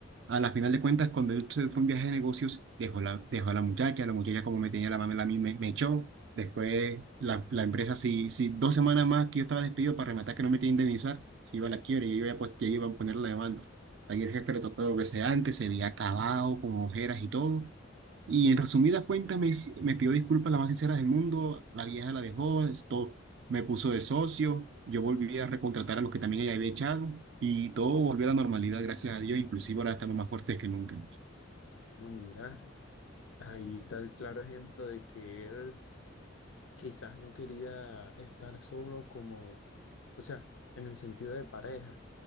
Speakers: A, on the right (about 60°); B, on the left (about 75°).
A: A la final de cuentas, cuando él se fue un viaje de negocios, dejó la, dejó a la muchacha, la muchacha como me tenía la mamá, a mí me, me echó. Después la, la empresa, si, si dos semanas más que yo estaba despedido para rematar que no me quería indemnizar, se iba a la quiebra y yo iba, a pos- yo iba a poner la demanda. Ahí el jefe le tocó lo que sea antes, se veía acabado, con ojeras y todo. Y en resumidas cuentas me, hiz- me pidió disculpas las más sinceras del mundo, la vieja la dejó, es todo, me puso de socio, yo volví a recontratar a los que también ella había echado y todo volvió a la normalidad, gracias a Dios, inclusive ahora estamos más fuertes que nunca.
B: Pero mira, ahí está el claro ejemplo de que él quizás no quería estar solo como, o sea, en el sentido de pareja.